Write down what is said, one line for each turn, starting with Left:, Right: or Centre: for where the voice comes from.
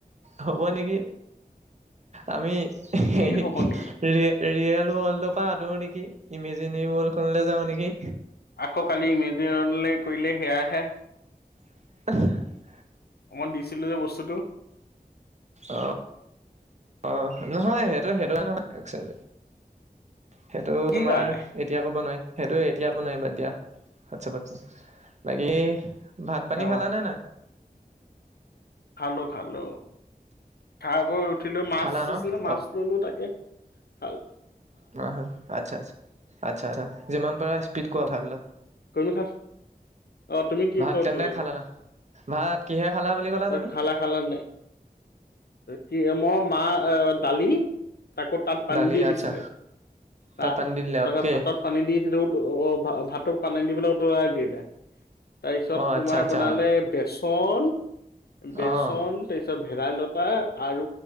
Right: হ'ব নেকি? আমি এই
Left: কি
Right: ৰিয়েল-ৰিয়েল
Left: হ'ব নেকি
Right: ৱৰ্ল্ডৰ পৰা আতৰো নেকি? ইমেজিনেৰি ৱৰ্ল্ডখনলে যাওঁ নেকি?
Left: আকৌ কালি ইমেজনেৰি ৱৰ্ল্ডলে কৰিলে সেয়াহে।
Right: <unintelligible>
Left: অকমান দিছিলোঁ যে বস্তুটো।
Right: অ'। অ', নহয় সেইটো-সেইটো লাইনৰ নহয়। একচেল সেইটো
Left: কি
Right: তোমাৰ
Left: কাৰণে
Right: এতিয়া ক'ব নোৱাৰি। সেইটো এতিয়া একো নাই বাদ দিয়া, হোৱাটছএপতো ক'ম। বাকী ভাত পানী
Left: অহ
Right: খালানে, নাই?
Left: খালো খালো, খাই বৈ উঠিলো। মাছ
Right: খালা ন
Left: আছিলে মাছ
Right: অ
Left: ললো তাকে খাল
Right: হয় হয়। আচ্ছা আচ্ছা। আচ্ছা যিমান পাৰা স্পীড কোৱা কথাবিলাক।
Left: তুমি খাত, অ' তুমি কি
Right: ভাত
Left: ক'ত
Right: তেন্তে খালা না? ভাত কিহে খালা বুলি ক'লা তুমি?
Left: খালা খালা নে নাই? কি মই মাহ আ, দালি। তাকো তাত পানী
Right: দালি
Left: দি দিছিলে,
Right: আচ্ছা
Left: ত
Right: তাত
Left: -তাৰপিছত
Right: পানী দি দিলে অকে
Left: ভাতত পানী দিছিলোঁ। ভাতটো পানী দি পেলাই উতাই দিলে, তাৰ পিছত
Right: অ'
Left: তোমাৰ
Right: আচ্ছা আচ্ছা
Left: বনালে বেচন চন, বেচন
Right: অ'
Left: তাৰপিছত ভেদাইলতা আৰু